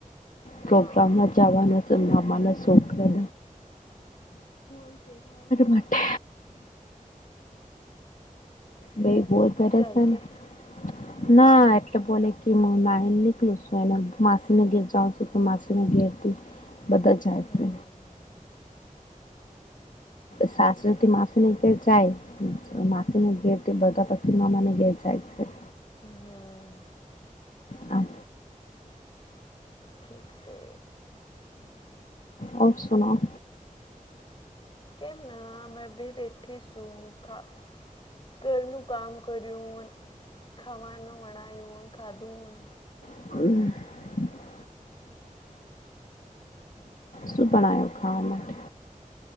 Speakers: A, on the left; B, on the left.
A: પ્રોગ્રામ
B: હા
A: ના જવાનો મારા છોકરા ને <unintelligible> બે બોર <unintelligible>
B: જાય કે
A: ના એટલે બોલે કે હું નાહીને નીકલું છું એને માસીને ઘેર જાઉં છું તો માસીને ઘેરથી બધા જાય
B: હમ
A: છે. સાસરાથી માસી ની ઘેર જાય. માસીને ઘેર તે બધા પસી મામાના ઘેર જાય છે.
B: હમ
A: હા.
B: ઠીક છે
A: ઓર સુના ઓ.
B: કેમ ના મેં બી બેઠી છું ખા ઘરનું કામ કરયું ખવાનું બનાયુ ખાધું.
A: <inaudible> શું બનાયું ખાવા માટે.